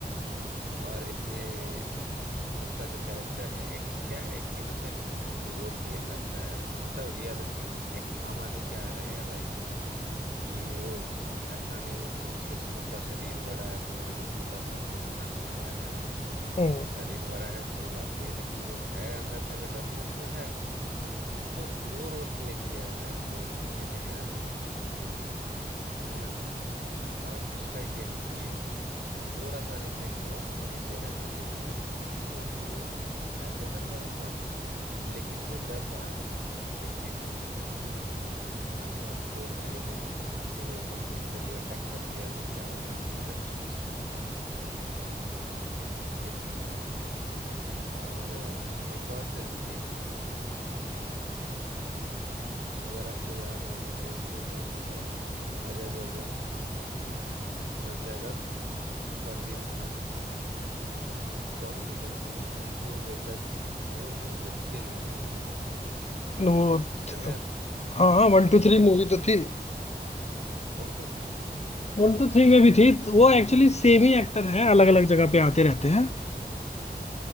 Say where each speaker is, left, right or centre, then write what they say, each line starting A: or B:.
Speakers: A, on the right; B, on the left.
A: और इसमें उसका जो कैरेक्टर है एक क्या है, एक इनोसेंट रोल प्ले करता है मतलब रियलिस्टिक एक आम आदमी क्या रहेगा लाइफ में कि वो ऐसा नहीं है कि उसके उसका शरीर बड़ा है तो वो मतलब दस आदमी को टांग देगा ऐसा नहीं है
B: हम्म
A: शरीर बड़ा है कोई बात नहीं है लेकिन वो है अंदर से अगर डरपोक तो है तो वो रोल प्ले किया है सोनल शेट्टी ने हेरा फेरी में है ना और उसका यही चीज थोड़ा सा रिफ्लेक्ट हुआ ये तेरा घर ये मेरा घर में उसमें भी वो है तो घर का ओनर लेकिन वो डर रहा है किस चीज से कि मतलब कोई मेरे को मेरे ऊपर फिजिकली अटैक कर दिया तो क्या होगा इन सब चीजों से बस इसकी कहानी है। और अ, एक और फिल्म थी अ, अगर आपको याद होगी तो उसमें कौन था अजय देवगन अ, संजय दत्त फरदीन खान अ, कौन सी फिल्म थी ये जिसमें वो बोलता है "चि- धोंधू जस्ट चिल धोंधू
B: वो तो,
A: याद है आपको
B: हाँ हाँ वन टू थ्री मूवी तो थी
A: वन टू थ्री थी
B: वन टू थ्री में भी थी तो वो एक्चुअली सेम ही एक्टर है अलग अलग जगह पे आते रहते हैं